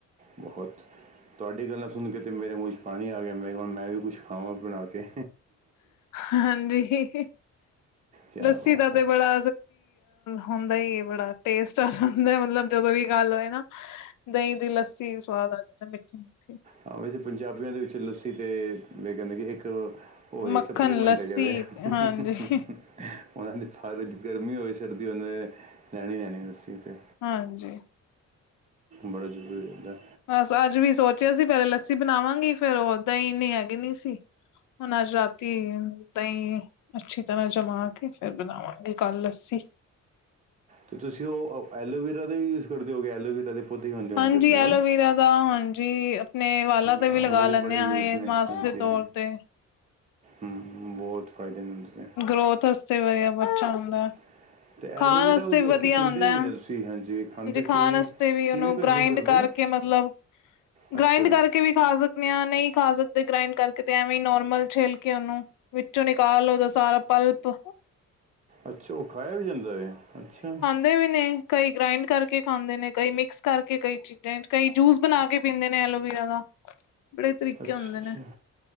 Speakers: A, on the right (about 25°); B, on the left (about 80°).
A: ਬਹੁਤ ਤੁਹਾਡੀ ਗੱਲਾਂ ਸੁਣ ਕੇ ਤੇ ਮੇਰੇ ਮੂੰਹ ਚ ਪਾਣੀ ਆ ਗਿਆ। ਮੇਰੇ ਮੈਂ ਵੀ ਕੁਛ ਖਾਵਾਂ ਵੀ ਬਣਾਕੇ।
B: ਹਾਂਜੀ
A: ਕੀ
B: ਲੱਸੀ
A: ਬਾਤ
B: ਦਾ
A: ਹੈ
B: ਤੇ ਬੜਾ। ਹੁੰਦਾ ਹੈ ਬੜਾ ਟੇਸਟ ਹੁੰਦਾ ਮਤਲਬ ਜਦੋਂ ਵੀ ਗੱਲ ਹੋਏ ਨਾ। ਦਹੀਂ ਦੀ ਲੱਸੀ ਸਵਾਦ ਆ ਜਾਂਦਾ ਮਿੱਠੀ ਮਿੱਠੀ।
A: ਹਾਂ ਵੈਸੇ ਪੰਜਾਬੀਆਂ ਦੇ ਵਿੱਚ ਲੱਸੀ ਤੇ ਮ ਕਹਿੰਦੇ ਕਿ ਇੱਕ। ਉਹੀ
B: ਮੱਖਣ
A: ਸਪਲੀਮੈਂਟ
B: ਲੱਸੀ
A: ਕਿਵੇਂ ਉਹਨਾਂ
B: ਹਾਂਜੀ
A: ਦੀ ਫ ਗਰਮੀ ਹੋਵੇ ਸਰਦੀ ਉਹਨਾਂ ਦੇ ਲੈਣੀ ਲੈਣੀ ਲੱਸੀ ਤੇ
B: ਹਾਂਜੀ,
A: ਬੜਾ ਜ਼ਰੂਰੀ ਹਦਾ।
B: ਬਸ ਅੱਜ ਵੀ ਸੋਚਿਆ ਸੀ ਪਹਿਲੇ ਲੱਸੀ ਬਣਾਵਾਂਗੀ ਫੇਰ ਹੋ ਦਹੀ ਨੀ ਹੈਗੀ ਨੀ ਸੀ। ਹੁਣ ਅੱਜ ਰਾਤੀ ਤਾਈ ਅੱਛੀ ਤਰ੍ਹਾਂ ਜਮਾ ਕੇ ਫਿਰ ਬਣਾਵਾਂਗੇ ਕੱਲ ਲੱਸੀ।
A: ਤੇ ਤੁਸੀਂ ਉਹ ਐਲੋਵੀਰਾ ਦਾ ਵੀ ਯੂਜ ਕਰਦੇ ਹੋਗੇ ਐਲੋਵਰਾ ਦੇ ਪੌਦੇ ਵੀ ਹੁੰਦੇ ਹੋਣਗੇ
B: ਹਾਂਜੀ
A: ਆਪਣੇ ਕੋਲ
B: ਐਲੋਵਰਾ ਦਾ ਹਾਂਜੀ ਆਪਣੇ ਵਾਲਾ
A: ਹਾਂ
B: ਤੇ ਵੀ
A: ਉਹਦੇ
B: ਲਗਾ ਲੈਂਦੇ
A: ਬੜੇ ਯੂਜ਼
B: ਹਾਂ ਇਹ
A: ਨੇ
B: ਮਾਸਕ
A: ਹਾਂਜੀ
B: ਦੇ ਤੌਰ ਤੇ
A: ਹਮ, ਬਹੁਤ ਫਾਇਦੇ ਨੇ ਉਹਦੇ ਤੇ।
B: ਗਰੋਥ ਵਾਸਤੇ ਵਆ ਬੱਚਾ ਹੁੰਦਾ।
A: <unintelligible> ਅਤੇ
B: ਖਾਣ
A: ਐਲੋਵੇਰਾ
B: ਵਾਸਤੇ
A: ਉਹ ਲੋਕ
B: ਵੀ ਵਧੀਆ
A: ਪੀਂਦੇ
B: ਹੁੰਦਾ
A: ਵੀ
B: ਹੈ।
A: ਨੇ ਤੁਸੀਂ ਹਾਂਜੀ ਖਾਂਦੇ ਹੋ ਕਿਵੇਂ
B: ਖਾਣ ਵਾਸਤੇ ਵੀ
A: ਕਿਵੇਂ
B: ਉਹਨੂੰ
A: ਕੰਜ਼ਿਊਮ
B: ਗ੍ਰਾਇੰਡ
A: ਕਰਦੇ
B: ਕਰਕੇ
A: ਹੋ।
B: ਮਤਲਬ
A: ਅੱਛਾ
B: ਗ੍ਰਾਇੰਡ ਕਰਕੇ ਵੀ ਖਾ ਸਕ ਆਪ ਨਹੀਂ ਖਾ ਸਕਦੇ ਗ੍ਰਾਇੰਡ ਕਰਕੇ ਤੇ ਐਵੇਂ ਨੋਰਮਲ ਛੇਲ ਕੇ ਉਹਨੂੰ ਵਿੱਚੋਂ ਨਿਕਾਲੋਦਾ ਸਾਰਾ ਪਲਪ
A: ਅੱਛਾ, ਉਹ ਖਾਇਆ ਵੀ ਜਾਂਦਾ ਹੈ ਅੱਛਾ।
B: ਦੇ ਵੀ ਨੇ ਕਈ ਗ੍ਰਾਇੰਡ ਕਰਕੇ ਖਾਂਦੇ ਨੇ। ਕਈ ਮਿਕਸ ਕਰਕੇ ਕਈ ਚੀ ਚਾਂ ਕਈ ਜੂਸ ਬਣਾ ਕੇ ਪੀਂਦੇ ਨੇ ਐਲੋਵੇਰਾ ਦਾ ਬੜੇ ਤਰੀਕੇ
A: ਅੱਛਾ
B: ਹੁੰਦੇ
A: ਅੱਛਾ
B: ਨੇ